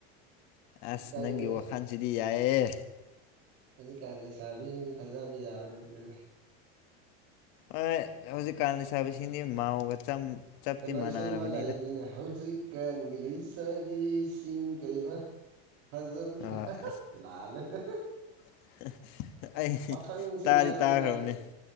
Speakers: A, on the right; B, on the left.
A: ꯍꯧꯖꯤꯛꯀꯥꯟꯁꯦ
B: ꯑꯁ ꯅꯪꯒꯤ ꯋꯥꯈꯥꯟꯁꯤꯗꯤ ꯌꯥꯑꯦ
A: ꯍꯧꯖꯤꯛ ꯀꯥꯟ ꯂꯩꯁꯥꯕꯤꯁꯤꯡꯁꯤ ꯊꯥꯖꯕ ꯌꯥꯕ ꯅꯠꯇꯦ
B: ꯍꯣꯏ ꯍꯧꯖꯤꯛꯀꯥꯟꯅ ꯁꯥꯕꯁꯤꯅꯤ ꯃꯥꯎꯒ ꯆꯞꯇꯤ
A: ꯀꯩꯅꯣ
B: ꯃꯥꯟꯅꯔꯕꯅꯤꯗ
A: ꯏꯁꯩ ꯑꯃ ꯂꯥꯛꯏꯕꯅꯤꯅꯦ ꯍꯧꯖꯤꯛ ꯀꯟꯒꯤ ꯂꯩꯁꯕꯤꯁꯤꯡ ꯀꯩꯕ ꯍꯖꯕꯅꯦ
B: ꯑ, ꯑꯁ
A: ꯂꯥꯜꯅꯦ
B: <unintelligible>
A: ꯄꯥꯈꯪꯁꯤꯡ
B: ꯇꯥꯗꯤ
A: ꯍꯥꯏꯕꯅꯤꯗ
B: ꯇꯥꯈ꯭ꯔꯕꯅꯦ
A: ꯑꯗꯨ